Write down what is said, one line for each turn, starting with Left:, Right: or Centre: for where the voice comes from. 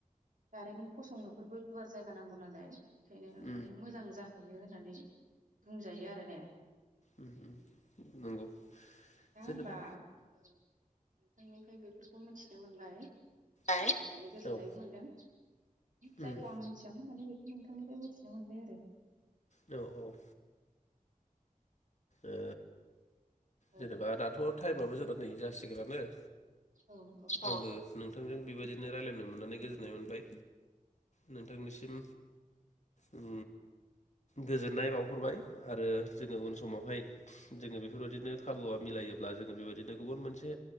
Right: दारिमिन फसंनोफोरबो गुवार जायगा नांगौ नालाय बेखायनो
Left: उम
Right: माने मोजां जाहैयो होननानै बुंजायो आ रो ने
Left: उम उम नंगौ
Right: दा
Left: जेनेबा
Right: होनबा ओ नोंथांनिफ्राय बेफोरखौ मिथिनो मोनबाय
Left: औ
Right: मिथिनानै गोजोननायबो मोनदों जायखौ
Left: उम
Right: आं मिथियामोन माने नोंथांनिफ्राय मिथिनो मोनबाय आरो
Left: औ औ ओ
Right: औ
Left: जेनेबा दाथ' टाइमाबो जोंना नै जासिगोनानो अ
Right: औ औ होनबा
Left: आंबो नोंथांजों बेबायदिनो राय्लायनो मोननानै गोजोननाय मोनबाय नोंथांनिसिम उम गोजोननाय बावहरबाय आरो जोंङो उन समावहाय जोंङो बेफोरबायदिनो खाबुआ मिलायो ब्ला जोंङो बेबायदिनो गुबुन मोनसे